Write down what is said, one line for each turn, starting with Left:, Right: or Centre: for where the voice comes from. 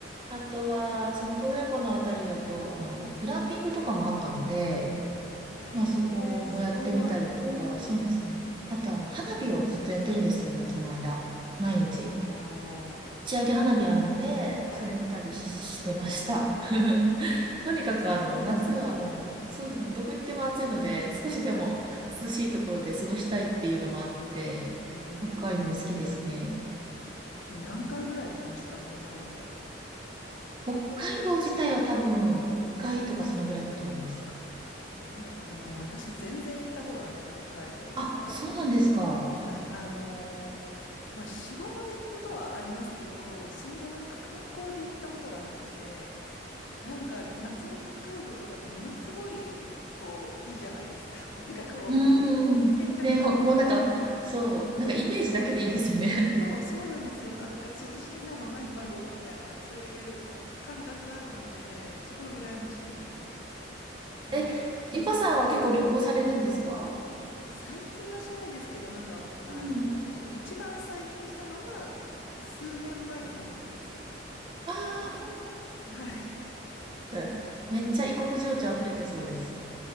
Right: あとは、その洞爺湖のあたりだと、あの、グランピングとかもあったので、
Left: いや、へえ、
Right: まあそこもやってみたりとか、
Left: すごい。
Right: そうですね。あと、あの、花火をずっとやってるんですよ、夏の間。毎日。
Left: ああ、
Right: 打ち上げ花火あるので、
Left: はい。
Right: それ見たりししてました。<laughs> とにかく、
Left: え、すごいですね。
Right: あの、夏はもう、そうですね、どこ行っても暑いので、少しでも涼しいところで過ごしたいっていうのもあって、
Left: はい。うー
Right: 北海道好きですね。
Left: ん。え、何回ぐらい行きましたこれまでで。
Right: 北海道自体は多分6回とかそのぐらいだと思います。
Left: あ、ほんだ、あの、私全然行ったことなくて、北海道。
Right: あ、そうなんですか。
Left: はい、あのーまあ、仕事で行くことはありますけど、そんななんか観光で行ったことがなくて、なんか夏の北海道とかってものすごい、こう、いいじゃないですか。<laughs> なんかこう、
Right: うーん。
Left: 行ってみたくなるような。
Right: ね、ほ、もうなんか、そう、なんかイメージだけでいいですよね。
Left: そう、そうなんですよ。なんか涼しいんだろうな、今頃みたいな、なんかそういう感覚があるので、すごい羨ましいです。
Right: <laughs>
Left: なんか
Right: え、ゆかさんは結構旅行されるんですか
Left: 最近はしないですけど、なんか、あの、
Right: うん。
Left: 一番最近したのは、数年前に香港ですね。
Right: ああ、本
Left: <laughs> はい。<laughs>
Right: 当。めっちゃ異国情緒溢れてそうです。